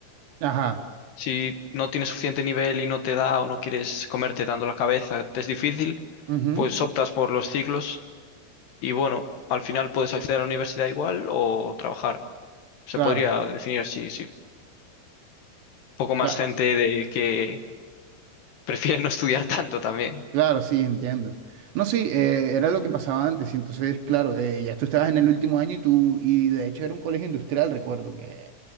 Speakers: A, on the right; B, on the left.
A: Ajá.
B: Si no tienes suficiente nivel y no te da o no quieres comerte tanto la cabeza, te es difícil,
A: ujú,
B: pues optas por los ciclos y bueno, al final puedes acceder a la universidad igual o trabajar. Se
A: Claro,
B: podría definir así, sí. Poco más
A: cla-
B: gente de que <laughs> prefiere no estudiar tanto también.
A: Claro, sí, entiendo. No, sí, eh, era lo que pasaba antes. y Entonces, claro, eh, ya tú estabas en el último año y tú, y de hecho era un colegio industrial, recuerdo que.